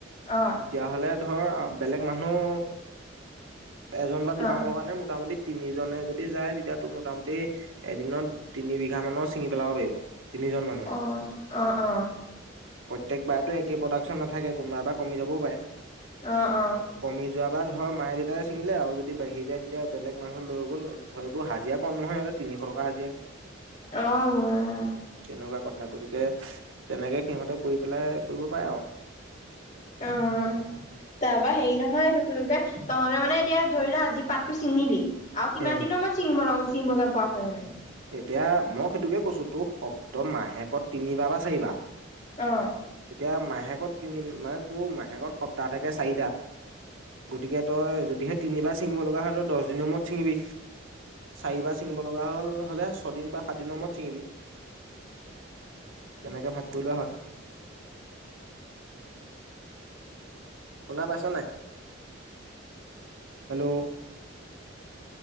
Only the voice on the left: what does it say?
অ
অ
অহ-অহ-অহ
অ', অ',
অ',
অ তাৰপৰা হেৰি নহয়, এটো কি বুলি কৈ, তহঁতে মানে এতিয়া ধৰিলোঁ আজি পাতটো চিঙিলি? আৰু কিমান
দিনৰ মূৰত চিঙিবা শিং বগা পোৱা হয় মানে?
অ'।